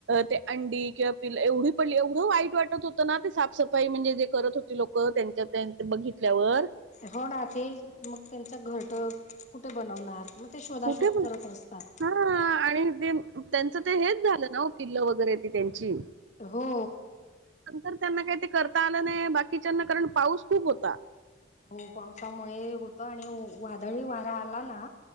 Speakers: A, on the right; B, on the left.
A: ते अंडी किंवा पिल एवढी पडली एवढं वाईट वाटत होतं ना ते साफसफाई म्हणजे जे करत होती लोकं त्यांच्या-त्यांच बघितल्यावर
B: हो ना ते मग त्यांचा घरट कुठे बनवणार. मग ते शोधाशोध
A: कुठे
B: करत असतात.
A: हा आणि ते त्यांचं ते हेच झालं ना पिल्ल वगैरे ती त्यांची
B: हो.
A: नंतर त्यांना काही ते करता आलं नाही बाकीच्यांना कारण पाऊस खूप होता.
B: हो पावसामुळे होतं आणि वादळीही वारा आला ना.